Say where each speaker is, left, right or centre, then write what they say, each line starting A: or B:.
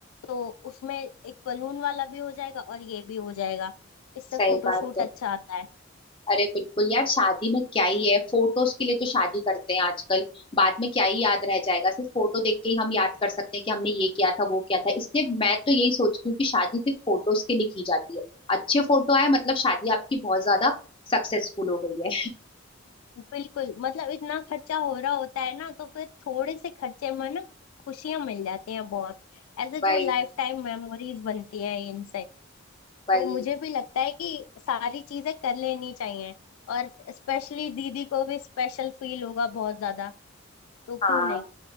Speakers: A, on the left; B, on the left.
A: तो उसमें एक बलून वाला भी हो जाएगा और ये भी हो जाएगा इससे
B: सही
A: फोटोशूट
B: बात है
A: अच्छा आता है
B: अरे बिल्कुल यार शादी में क्या ही है फोटोज के लिए तो शादी करते हैं आजकल बाद में क्या ही याद रह जाएगा सिर्फ फोटो देख के ही हम याद कर सकते हैं कि हमने ये किया था वो किया था इसलिए मैं तो यही सोचती हूँ कि शादी सिर्फ फोटोज के लिए की जाती है अच्छे फोटो आए मतलब शादी आपकी बहुत ज्यादा सक्सेसफुल हो गई
A: बिल्कुल मतलब इतना खर्चा हो रहा होता है ना तो फिर थोड़े से खर्चे में ना खुशियां मिल जाती हैं बहुत ऐसे
B: है
A: जो लाइफ
B: <laughs>
A: टाइम मेमोरीज बनती है इनसे
B: वही
A: तो मुझे भी लगता है कि सारी चीजें कर लेनी चाहिए और स्पेशली दीदी को भी स्पेशल फील होगा बहुत ज्यादा तो क्यों
B: हाँ
A: नहीं